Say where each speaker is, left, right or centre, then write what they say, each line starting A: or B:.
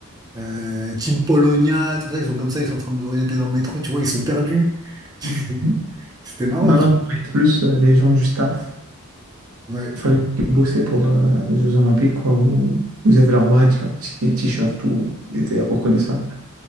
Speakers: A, on the right; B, on the right.
A: euh, Team Polonia, tout ça. Ils sont comme ça, ils sont en train de regarder dans le métro, tu vois, ils sont perdus. <laughs>
B: <laughs>
A: C'était marrant.
B: Non,
A: tu-
B: non, on est plus euh, les gens du staff.
A: Ouais,
B: Il fallait bosser pour euh, les Jeux Olympiques, quoi, où vous avez leur badge, leur petit t-shirt, tout était reconnaissable.